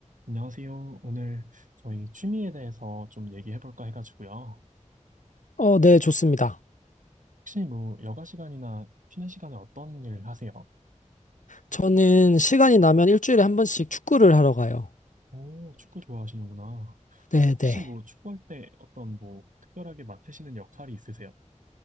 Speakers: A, on the right; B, on the left.
A: 안녕하세요. 오늘 저희 취미에 대해서 좀 얘기해 볼까 해가지고요.
B: 어, 네, 좋습니다.
A: 혹시 뭐 여가 시간이나 쉬는 시간에 어떤 일 하세요?
B: 저는 시간이 나면 일주일에 한 번씩 축구를 하러 가요.
A: 오, 축구 좋아하시는구나. 어,
B: 네,
A: 혹시
B: 네.
A: 뭐 축구할 때 어떤 뭐 특별하게 맡으시는 역할이 있으세요?